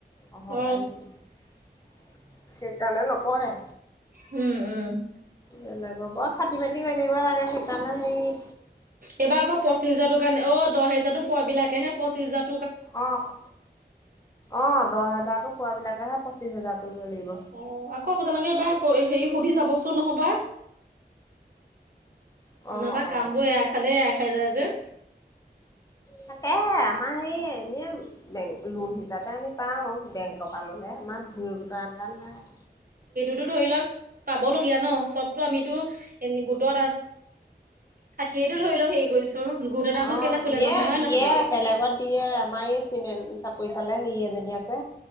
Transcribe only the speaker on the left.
অহংকাৰী
নিছিনা সেইকাৰণে নকৰে।
বেলেগ বৰ খাতি বাতি কৰি থাকিব লাগে সেইকাৰণে হেৰি
অ' অ' দহ হেজাৰতো পোৱাবিলাকেহে পঁচিশ হেজাৰ কৰিব লাগিব
অ',
অ',
তাকেহে আমাৰ এই এনে বেং লোন যাতে আমি পাওঁ বেংকৰ পৰা ল'লে আমাৰ ভিঅ' গোটৰ আণ্ডাৰত নাই।
অ
দিয়ে
দিয়ে
বেলেগত দিয়ে আমাৰ এই চিমেণ্ট চাপৰি সেইফালে হেৰি এজনী আছে